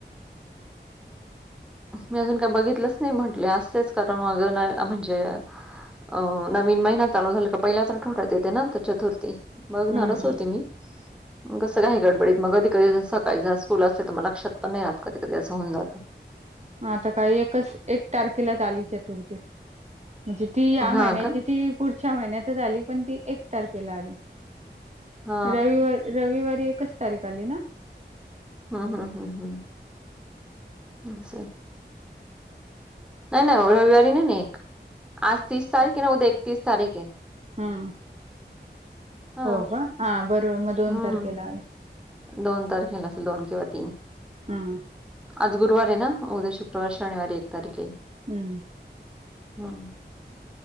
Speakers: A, in the centre; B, on the right.
A: ''मी अजून काय बघितलंच नाही म्हटले असतेच कारण अग नाही म्हणजे. अ नवीन महिना चालू झाला का पहिल्याचठवठ्यात येते ना चतुर्थी. बघणारच
B: ह
A: होते मी'' मग कसं काही गडबडीत मग कधी कधी सकाळी जर स्कूल असले तर. मग लक्षात पण नाही आत कधी कधी अस होऊन जातं.
B: म आता काही एकच एक तारखेलाच आली चतुर्थी. म्हणजे ती या महिन्याची
A: हा का?
B: ती पुढच्या महिन्यातच आली पण ती एक तारखेला आली.
A: हा.
B: रविवारी रविवारी एकच तारीख आली ना.
A: हम हम हम हम, ह सर <inaudible> नाही नाही रविवारी नाही नाही एक आज तस तारीखे न उद एकतीस तारीखे.
B: हम्
A: हा
B: हो का हा, बरोबर मग दोन
A: हम्म
B: तारखेला आले.
A: दोन तारखेला असेल दोन किंवा तीन.
B: हम्म
A: आज गुरुवार आहे ना उद्या शुक्रवार शनिवार एक तारखे.
B: हम्म,
A: हम,